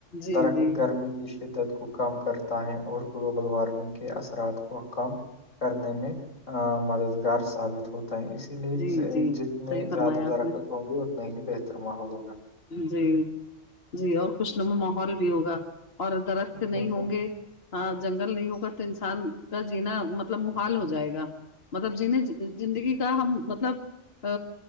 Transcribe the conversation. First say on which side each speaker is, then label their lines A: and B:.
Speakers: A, on the left (about 55°); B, on the left (about 85°).
A: جی
B: درخت
A: جی
B: گرمی کی شدت کو کم کرتا ہے اور گلوبل وارمنگ کے اثرات کو کم کرنے میں مددگار ثابت ہوتا ہے اس اسی لیے
A: جی جی
B: جتنے
A: صحیح
B: زیادہ
A: فرمایا
B: درکت
A: آپ نے
B: ہوں گے اتنے ہی بہتر ماحول ہوگا
A: جی جی اور خوشنما ماحول بھی ہوگا اور درخت
B: بالکل
A: نہیں ہوں گے ہاں جنگل نہیں ہوگا تو انسان کا جینا مطلب محال ہو جائے گا مطلب جنیں زندگی کا ہم مطلب ا